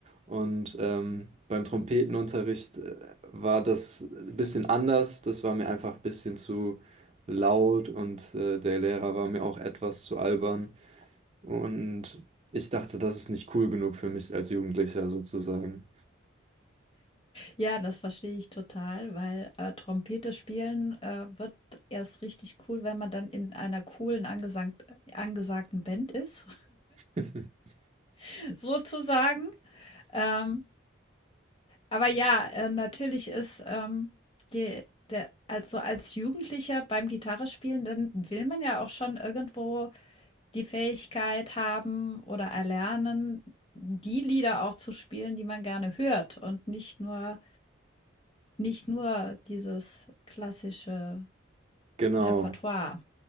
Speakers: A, on the right; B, on the left.
A: Und ähm, beim Trompetenunterricht äh, war das ein bisschen anders, das war mir einfach ein bisschen zu laut und äh, der Lehrer war mir auch etwas zu albern. Und ich dachte, das ist nicht cool genug für mich als Jugendlicher sozusagen.
B: Ja, das verstehe ich total, weil, äh, Trompete spielen, äh, wird erst richtig cool, wenn man dann in einer coolen angesangt angesagten Band ist,
A: <laughs>
B: <laughs> sozusagen. Ähm, aber ja, äh, natürlich ist, ähm, die der also als Jugendlicher beim Gitarrespielen, dann will man ja auch schon irgendwo die Fähigkeit haben oder erlernen, die Lieder auch zu spielen, die man gerne hört und nicht nur nicht nur dieses klassische
A: Genau,
B: Repertoire.